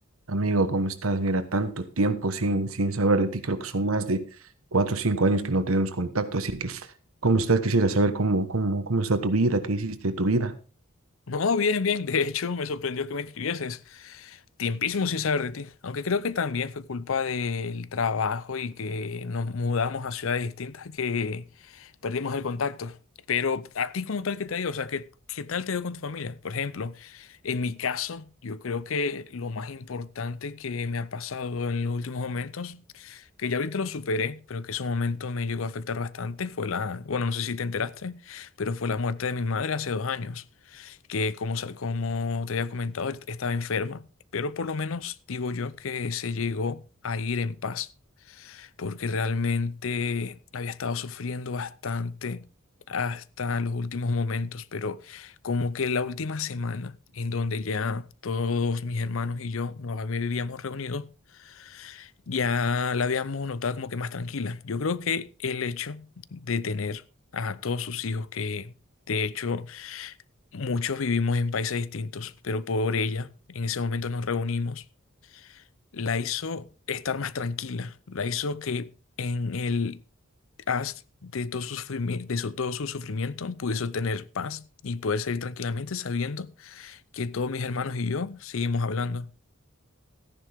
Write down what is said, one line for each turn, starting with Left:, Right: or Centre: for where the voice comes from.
Right: Amigo, ¿cómo estás? Mira, tanto tiempo sin, sin saber de ti, creo que son más de cuatro o cinco años que no tenemos contacto, así que, ¿cómo estás? Quisiera saber cómo, cómo, cómo está tu vida, qué hiciste de tu vida.
Left: No, bien, bien. De hecho, me sorprendió que me escribieses. Tiempísimo sin saber de ti. Aunque creo que también fue culpa del trabajo y que nos mudamos a ciudades distintas que perdimos el contacto. Pero a ti como tal, ¿qué te ha ido? O sea, ¿qué, qué tal te dio con tu familia? Por ejemplo, en mi caso, yo creo que lo más importante que me ha pasado en los últimos momentos, que ya ahorita lo superé, pero que ese momento me llegó a afectar bastante, fue la, bueno, no sé si te enteraste, pero fue la muerte de mi madre hace dos años que como, sa- como te había comentado, estaba enferma, pero por lo menos digo yo que se llegó a ir en paz, porque realmente había estado sufriendo bastante hasta los últimos momentos, pero como que la última semana en donde ya todos mis hermanos y yo nos habíamos reunido, ya la habíamos notado como que más tranquila. Yo creo que el hecho de tener a todos sus hijos que... De hecho, Muchos vivimos en países distintos, pero por ella, en ese momento nos reunimos. La hizo estar más tranquila, la hizo que en el haz de todo su sufrimi- de su- todo su sufrimiento pudiese tener paz y poder salir tranquilamente sabiendo que todos mis hermanos y yo seguimos hablando.